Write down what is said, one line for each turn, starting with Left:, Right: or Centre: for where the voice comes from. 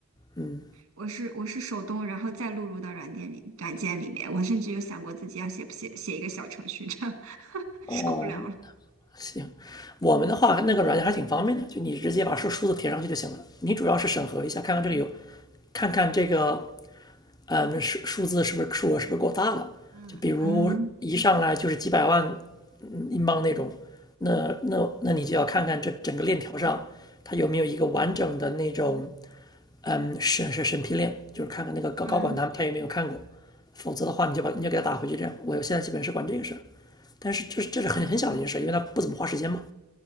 Left: 嗯，
Right: 我是我是手动，然后再录入到软件里软件里面。我甚至有想过自己要写不写写一个小程序，这样 <laughs>
Left: 哦，
Right: 受不了了。
Left: 行，我们的话那个软件还挺方便的，就你直接把数数字填上去就行了。你主要是审核一下，看看这个有，看看这个，嗯，数数字是不是数额是不是够大了？
Right: 嗯嗯
Left: 就比如一上来就是几百万嗯英镑那种，那那那你就要看看这整个链条上它有没有一个完整的那种嗯审审审批链，就是看看那个高高管他们他有没有看过，
Right: 嗯
Left: 否则的话你就把你就给他打回去这样。我现在基本是管这个事儿，但是这是这是很很小的一件事，
Right: 嗯。
Left: 因为他不怎么花时间嘛。